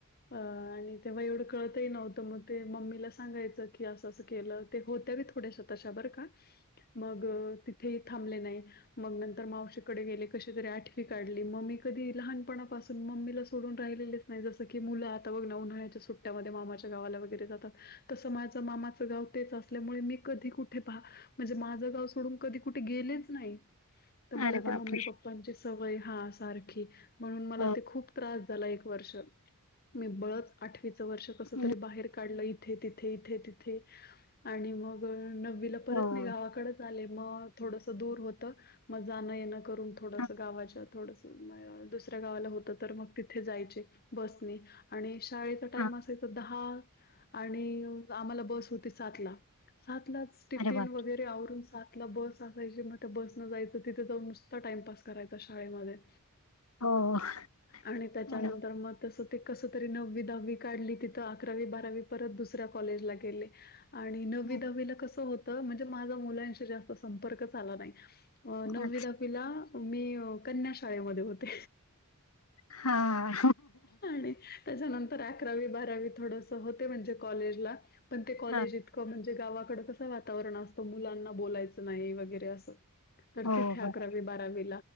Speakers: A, on the left; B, on the left.
A: अ आणि तेव्हा एवढं कळतही नव्हतं मग ते मम्मीला सांगायचं की असं असं केलं ते होत्या बी थोड्याशात तशा बरं का. मग तिथेही थांबले नाही मग नंतर मावशीकडे गेले कसे तरी आठ काढली मग मी कधी लहानपणापासून मम्मीला सोडून राहिलेलेच नाही जसं की मुलं आता बघ ना उन्हाण्यायच्या सुट्ट ट्यामध्ये मामाच्या गावाला वगैरे जातात तसं माझं मामाचं गाव तेच असल्यामुळे मी कधी कुठे पहा म्हणजे माझं गाव सोडून कधी कुठे गेलेच नाही. तर मला
B: अरे
A: ते
B: बापरे!
A: मम्मी पप्पांची सवय हा सारखी म्हणून मला
B: हो.
A: ते खूप त्रास झाल एक वर्ष मी बळच आठवीच वर्ष कस
B: हं.
A: तरी बाहेर काढलं. ईथे तिथे इथे तिथे आणि मग नववीला परत
B: हो.
A: मी गावाकडेच आले मग थोडसं दूर होत मग जाणं येणं करून थोडस
B: हां,
A: गावाच्या थोडस दुसऱ्या गावाला होत तर मग तिथे जायचे बसनी. आणि शाळेचा टाइम
B: हां.
A: असायचा दहा. आणि आम्हाला बस होती सात ला सात लाच टिफिन
B: अरे बापरे!
A: वगैरे आवरून सात बस असायची मग त्या बस न जायचं तिथे जाऊन नुसत टाइमपास करायच शाळेमध्ये.
B: हो.
A: आणि त्याच्यानंतर
B: अरे
A: मग तसं ते कस तरी नववी दहावी काढली तिथं अकरावी बारावी परत दुसऱ्या कॉलेजला गेले. आणि नववी
B: बापरे!
A: दहावीला कसं होतं म्हणजे माझा मुलांशी जास्त संपर्कच आला नाही. नवी
B: अच्छा
A: दहाविला मी कन्या शाळेमध्ये होते.
B: हा.......
A: आणि त्याच्यानंतर अकरावी बारावी थोडंसं होते. म्हणजे कॉलेजला, पण ते कॉलेज
B: हां.
A: इतकं म्हणजे, ते गावाकडं कसं वातावरण असतं, मुलांना बोलायचं नाही वगैरे असं. करतीत
B: हो
A: हे
B: बरं.
A: अकरावी बारावी.